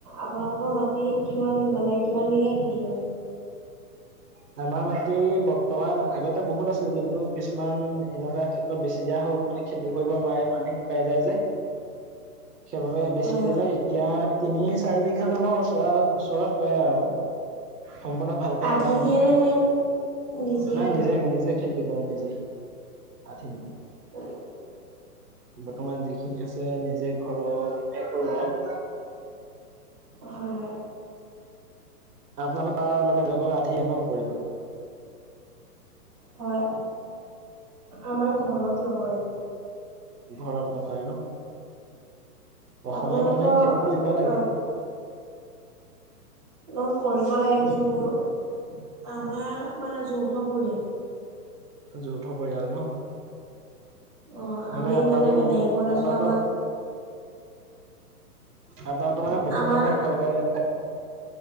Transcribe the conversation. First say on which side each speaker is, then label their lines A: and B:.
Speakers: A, on the right; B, on the right.
A: আপোনালোকৰ মাটি কিমান মানে কিমান বিঘা খেতি কৰে?
B: <inaudible> আমাৰ মাটি বৰ্তমান আগতে বহুত আছিল কিন্তু কিছুমান এনেকুৱা ক্ষেত্ৰত বেছি দিয়া হ'ল মান মান খেতি কৰিব নোৱাৰে পানী শুকাই যায় যে, সেইবাবে বেচি
A: হয় হয়
B: দিলে এতিয়া তিনি -চাৰি বিঘা মানৰ ওচ ওচৰত কৰে আৰু সম্পূৰ্ণ ভালকে
A: আধি
B: নাজানো।
A: দিয়ে নে নে নিজেই
B: নাই
A: কৰে?
B: নিজে নিজে খেতি কৰে নিজেই আঠে নেকি?
A: উম।
B: বৰ্তমান যিখিনি আছে নিজে ঘৰহে কৰো বাও
A: হয় হয়
B: আপোনালোকৰ মানে বেলেগৰ আন্ধিয়ে ন কৰিব
A: হয় আমাৰ
B: অ
A: ঘৰত লগৰে।
B: ঘৰত নকৰে ন। অসমীয়া
A: আপোনালোকৰ
B: মানুহে খেতি কৰিব লাগে
A: অহ কৰিব লাগে কিন্তু আমাৰ মানে যৌথ পৰিয়াল।
B: যৌথ পৰিয়াল ন।
A: অ
B: মানে
A: আমি
B: আপোনালোক
A: বেলেগ এঘৰত আছো
B: আপোনালোকৰ
A: আমাক
B: আপোনালোকৰ মানে বহুত
A: আমাৰ
B: মানুহ একেলগে থাকে।